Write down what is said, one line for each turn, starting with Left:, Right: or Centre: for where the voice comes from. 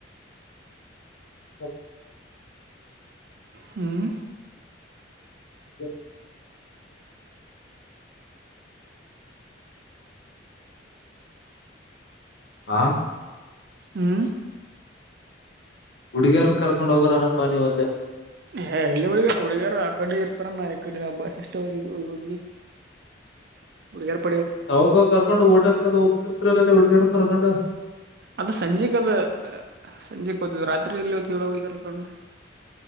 Left: ಹ
Right: ಹ್ಮ್
Left: ಹ <unintelligible> ಹಾ
Right: ಹ್ಮ್
Left: ಹುಡಿಗರನ್ನ ಕರ್ಕೊಂಡ್ ಹೋಗೋರನ ನೀವು ಅಂದೆ
Right: ಹ ಎಳ್ಳಿ ಹುಳಗ್ಯಾರ ಹುಗ್ಯಾರ ಆ ಕಡೆ ಇರ್ತಾರ ನ ಕಡೆ ಬಸ್ ಅಷ್ಟೇ ಹೋಗಿ ಹಳಗ <unintelligible>
Left: ಅವಾಗ ಕರ್ಕೊಂಡು ಹೋಟೆಲ್ ಕದ ಹೋಗ್ತಿರ್ತರಲ್ಲಾ ಹುಡುಗರನ್ ಕರ್ಕೊಂಡು
Right: ಅದ ಸಂಜೆ ಅದ ಸಂಜೆಕ್ ಹ್ತ ರಾತ್ರಿ ಎಲ್ಲಿ ಹಓ ಹಗರ್ಕೊಂಡ